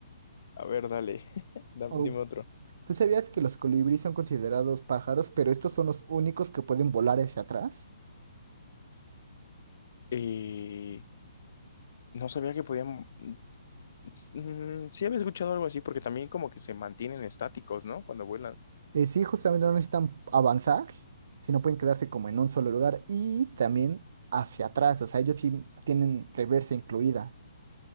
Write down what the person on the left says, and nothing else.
A ver, dale, <laughs> Da-
dime otro.
Eh, no sabía que podían. S- mm, sí había escuchado algo así, porque también como que se mantienen estáticos, ¿no? Cuando vuelan.